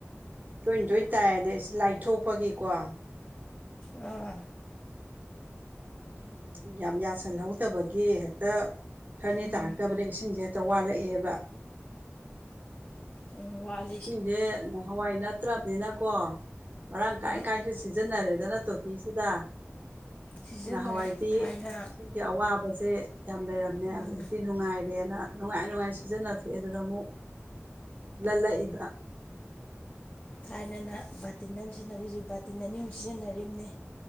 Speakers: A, on the right (about 40°); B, on the left (about 25°).
A: ꯇꯣꯏꯅ ꯇꯣꯏꯅ ꯇꯥꯏꯅ ꯂꯥꯏꯊꯣꯛꯄꯒꯤꯀꯣ
B: ꯑꯥ
A: ꯑꯗꯨ ꯌꯥꯝ ꯌꯥꯁꯜꯍꯧ ꯐꯠꯇꯕꯒꯤ ꯍꯦꯛꯇ ꯈꯔꯅꯤ
B: ꯎꯝ
A: ꯇꯥꯔꯛꯇꯕꯗ ꯏꯁꯤꯡꯁꯦ ꯍꯦꯛꯇ ꯋꯥꯠꯂꯛꯑꯦꯕ
B: ꯎꯝ ꯋꯥꯠ
A: ꯏꯁꯤꯡꯁꯦ ꯅꯍꯥꯟꯋꯥꯏ ꯅꯠꯇ꯭ꯔꯕꯅꯤꯅꯀꯣ ꯃꯔꯥꯡ ꯀꯥꯏ
B: ꯑꯥ
A: ꯀꯥꯏꯅꯁꯨ ꯁꯤꯖꯤꯟꯅꯔꯦꯗꯅ ꯇꯣꯇꯤꯁꯤꯗ
B: ꯁꯤꯖꯤꯟꯅꯔꯦ
A: ꯅꯍꯥꯟꯋꯥꯏꯗꯤ
B: ꯊꯥꯏꯅ
A: ꯁꯤꯡ ꯒꯤ ꯑꯋꯥꯕꯁꯦ ꯌꯥꯝ ꯂꯩꯔꯝꯃꯦ
B: ꯎꯝ
A: ꯍꯧꯖꯤꯛꯇꯤ ꯅꯨꯡꯉꯥꯏꯔꯦꯅ ꯅꯨꯡꯉꯥꯏ ꯅꯨꯡꯉꯥꯏꯅ ꯁꯤꯖꯤꯟꯅꯊꯣꯛꯑꯦ ꯑꯗꯨꯅ ꯑꯃꯨꯛ ꯂꯂꯛ ꯏꯕ
B: ꯊꯥꯏꯅꯅ ꯕꯥꯔꯇꯤꯟꯗꯪ ꯁꯤꯖꯤꯟꯅꯕꯗꯨ ꯍꯧꯖꯤꯛ ꯕꯥꯇꯤꯟ ꯑꯅꯤ ꯑꯍꯨꯝ ꯁꯤꯖꯤꯟꯅꯔꯤꯝꯅꯤ